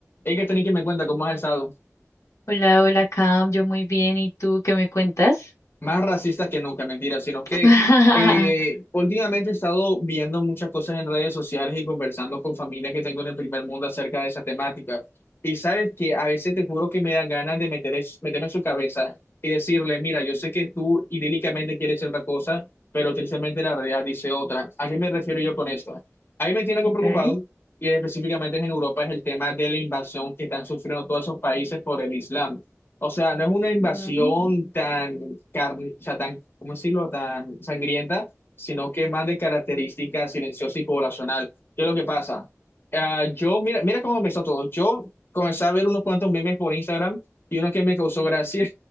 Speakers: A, on the left; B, on the left.
A: Hay que tener que me cuenta cómo has estado.
B: Hola, hola, Cam, yo muy bien, ¿y tú qué me cuentas?
A: Más racista que nunca, mentira, sino que
B: <laughs>
A: eh, últimamente he estado viendo muchas cosas en redes sociales y conversando con familia que tengo en el primer mundo acerca de esa temática. Y sabes que a veces te juro que me dan ganas de meter es- meterme en su cabeza y decirle, mira, yo sé que tú idílicamente quieres cierta cosa, pero tristemente la realidad dice otra. ¿A qué me refiero yo con esto? A mí me tiene algo
B: Okay.
A: preocupado, y específicamente es en Europa, es el tema de la invasión que están sufriendo todos esos países por el Islam. O sea, no es una
B: Ujú.
A: invasión tan, carn- o sea, tan, ¿cómo decirlo?, tan sangrienta, sino que más de característica silenciosa y poblacional. ¿Qué es lo que pasa? Ah, yo, mira, mira cómo empezó todo. Yo comencé a ver unos cuantos memes por Instagram y uno que me causó gracia <laughs>